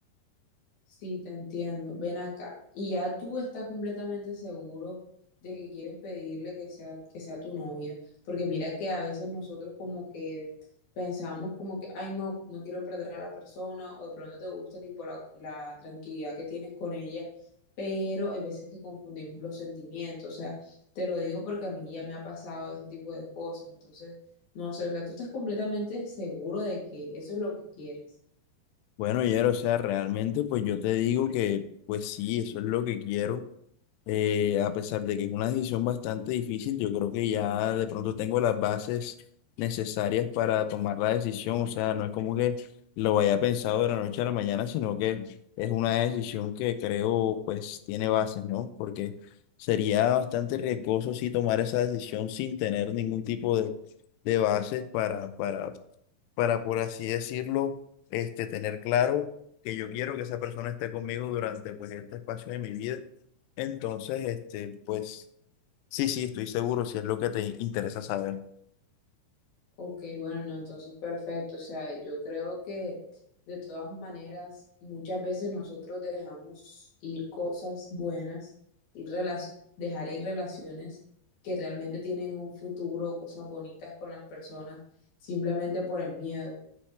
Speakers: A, on the left; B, on the left.
A: Sí, te entiendo. Ven acá. Y ya tú estás completamente seguro de que quieres pedirle que sea, que sea tu novia. Porque mira que a veces nosotros como que pensamos como que, ay, no, no quiero perder a la persona o de pronto te gusta tipo la, la tranquilidad que tienes con ella. Pero hay veces que confundimos los sentimientos. O sea, te lo digo porque a mí ya me ha pasado ese tipo de cosas. Entonces, no sé, o sea, tú estás completamente seguro de que eso es lo que quieres.
B: Bueno, Yero, o sea, realmente pues yo te digo que pues sí, eso es lo que quiero. Eh, a pesar de que es una decisión bastante difícil, yo creo que ya de pronto tengo las bases necesarias para tomar la decisión. O sea, no es como que lo haya pensado de la noche a la mañana, sino que es una decisión que creo pues tiene bases, ¿no? Porque sería bastante riesgoso si tomar esa decisión sin tener ningún tipo de, de bases para para para, por así decirlo, este, tener claro que yo quiero que esa persona esté conmigo durante, pues, este espacio de mi vida. Entonces, este, pues, sí, sí, estoy seguro si es lo que te interesa saber.
A: Ok, bueno, no, entonces perfecto. O sea, yo creo que de todas maneras, muchas veces nosotros dejamos ir cosas buenas y relac- dejar ir relaciones que realmente tienen un futuro, cosas bonitas con las personas, simplemente por el miedo.